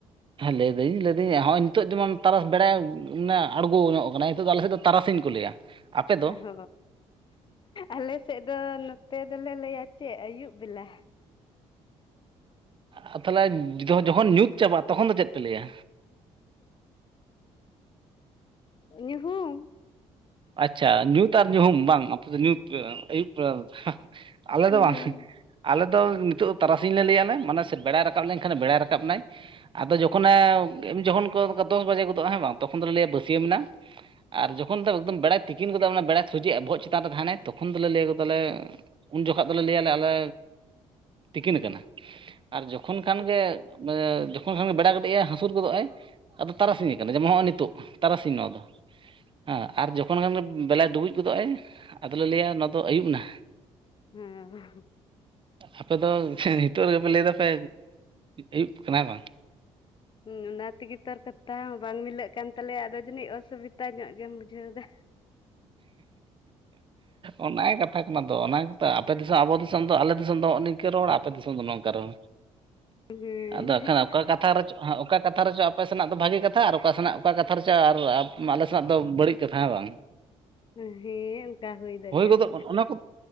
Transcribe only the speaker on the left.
ᱦᱳ ᱟᱞᱮ ᱥᱮᱫ ᱫᱚ ᱱᱚᱛᱮ ᱫᱚᱞᱮ ᱞᱟᱹᱭᱟ ᱪᱮᱜ ᱟᱹᱭᱩᱵ ᱵᱮᱞᱟ᱾
ᱧᱩᱦᱩᱢ
ᱦᱮᱸ
ᱴᱷᱤᱠ
ᱦᱩᱸᱻ
ᱦᱩᱸ ᱚᱱᱟ ᱛᱤᱜᱤ ᱛᱚ ᱟᱨ ᱠᱟᱛᱷᱟ ᱦᱚᱸ ᱵᱟᱝ ᱢᱤᱞᱟᱹᱜ ᱠᱟᱱ ᱛᱟᱞᱮᱭᱟ ᱟᱫᱚ ᱡᱟᱹᱱᱤᱡ ᱚᱥᱩᱵᱤᱛᱟ ᱧᱚᱜ ᱜᱮᱢ ᱵᱩᱡᱷᱟᱹᱣ ᱫᱟ,
ᱦᱮᱸ
ᱦᱮᱸ ᱦᱩᱭ ᱫᱟᱲᱮᱭᱟᱜᱼᱟ